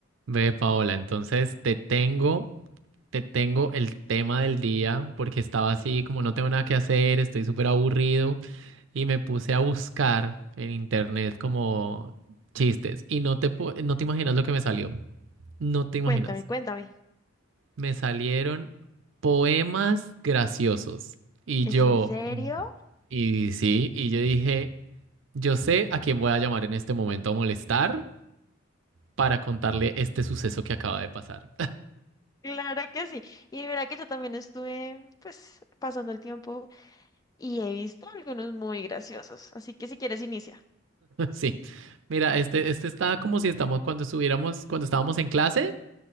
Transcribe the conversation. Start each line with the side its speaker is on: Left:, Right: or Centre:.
Right: Ve, Paola, entonces te tengo, te tengo el tema del día porque estaba así como no tengo nada que hacer, estoy súper aburrido y me puse a buscar en internet como chistes y no te, pu- no te imaginas lo que me salió, no te imaginas.
Left: Cuéntame, cuéntame.
Right: Me salieron poemas graciosos y
Left: ¿Es
Right: yo,
Left: en serio?
Right: y sí, y yo dije, yo sé a quién voy a llamar en este momento a molestar para contarle este suceso que acaba de pasar.
Left: Claro que sí. Y mira que yo también estuve, pues, pasando el tiempo y he visto algunos muy graciosos. Así que si quieres, inicia.
Right: Sí. Mira, este, este está como si estamos cuando estuviéramos, cuando estábamos en clase,